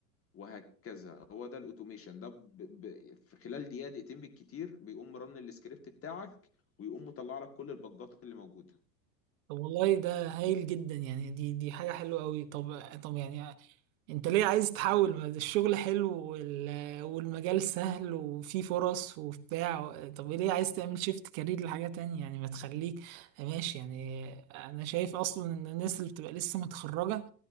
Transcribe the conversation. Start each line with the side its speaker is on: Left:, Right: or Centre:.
Left: وهكذا هو ده الاوتوميشن ده ب... ب... في خلال دقيقه دقيقتين بالكتير بيقوم رن السكريبت بتاعك ويقوم مطلع لك كل البجات اللي موجوده
Right: طب والله ده هايل جدا يعني دي دي حاجة حلوة قوي طب طب يعني انت ليه عايز تحول ما ده الشغل حلو وال- والمجال سهل وفيه فرص وبتاع طب ليه عايز تعمل شيفت كارير لحاجة تانية يعني ما تخليك ماشي يعني انا شايف اصلا ان الناس اللي بتبقى لسه متخرجة